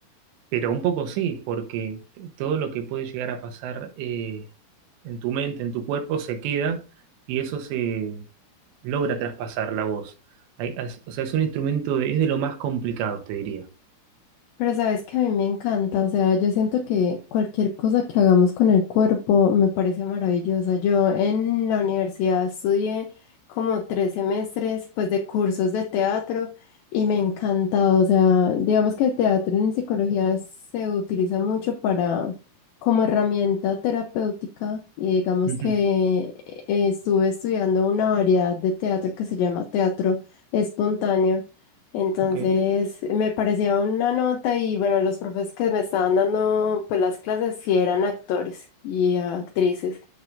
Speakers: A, on the right; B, on the left.
A: pero un poco sí, porque todo lo que puede llegar a pasar eh, en tu mente, en tu cuerpo, se queda y eso se logra traspasar la voz. Hay- es- o sea, es un instrumento, de, es de lo más complicado, te diría.
B: Pero sabes que a mí me encanta, o sea, yo siento que cualquier cosa que hagamos con el cuerpo me parece maravillosa. Yo en la universidad estudié como tres semestres, pues, de cursos de teatro y me encanta, o sea, digamos que el teatro en psicología se utiliza mucho para como herramienta terapéutica y digamos
A: Ujú,
B: que eh, estuve estudiando una variedad de teatro que se llama teatro espontáneo. Entonces
A: Ok.
B: me parecía una nota y bueno, los profes que me estaban dando pues las clases sí eran actores y actrices.